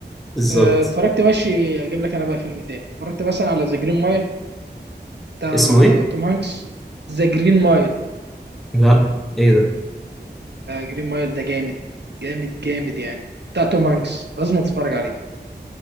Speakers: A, in the centre; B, on the right (about 70°).
A: بالظبط
B: آه، اتفرجت ماشي اجيب لك انا بقى فيلم تاني اتفرجت مثلا على ذا جرين مايل بتاع
A: اسمه ايه
B: توم هانكس ذا جرين مايل
A: لا ايه ده
B: جرين مايل ده جامد جامد جامد يعني بتاع توم هانكس لازم تتفرج عليه